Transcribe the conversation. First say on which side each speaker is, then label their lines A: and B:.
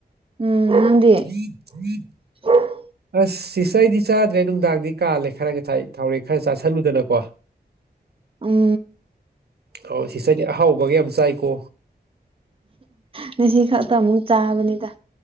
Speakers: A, on the right; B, on the right.
A: ꯎꯝ ꯅꯪꯗꯤ
B: <inaudible>
A: <inaudible>
B: ꯑꯁ ꯁꯤꯁ ꯑꯩꯗꯤ ꯆꯥꯗ꯭ꯔꯦ ꯅꯨꯡꯗꯥꯡꯗꯤ ꯀꯥꯜꯂꯦ ꯈꯔ ꯉꯁꯥꯏ ꯊꯥꯎꯔꯦꯛ ꯈꯔ ꯆꯥꯥꯁꯜꯂꯨꯗꯅꯀꯣ
A: ꯎꯝ
B: ꯍꯣ ꯁꯤꯁꯇꯔꯗꯤ ꯑꯍꯥꯎꯕꯒ ꯌꯥꯝ ꯆꯥꯏꯀꯣ
A: ꯉꯁꯤ ꯈꯛꯇ ꯑꯃꯨꯛ ꯆꯥꯕꯅꯤꯗ